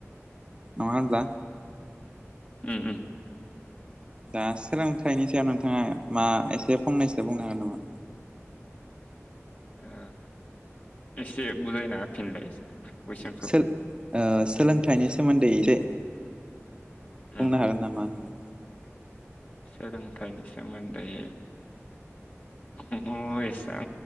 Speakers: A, on the right; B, on the left.
A: नङा होनब्ला?
B: ओम ओम
A: दा सोलोंथाइनि सायाव नोंथाङा मा एसे फंनैसो बुंनो हागोन नामा
B: ओ एसे बुजायना होफिनलाय कुइसनखौ
A: सो ओ सोलोंथाइनि सोमोन्दै एसे बुंनो
B: उम
A: हागोन
B: उम
A: नामा होनदां
B: सोलोंथाइनि सोमोन्दै ओहो एसां